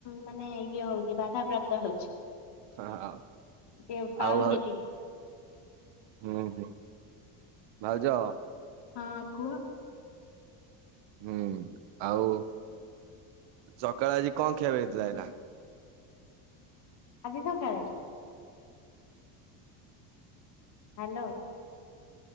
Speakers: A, on the left; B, on the right.
A: ମାନେ ଇଏ ହଉଚି ବାଧା ପ୍ରାପ୍ତ ହଉଚି। ଟିକେ
B: ଆଉ
A: ପାଉନି
B: ଆଉ ଭାଉ
A: ଏଠିକି।
B: ହୁଁ ହୁଁ ଭାଉଜ?
A: ହଁ କୁହ।
B: ହୁଁ ଆଉ ଚକାଳେ ଆଜି କଣ ଖିଆବେ ଏଇନା?
A: ଆଜି ସକାଳେ? ହାଲୋ।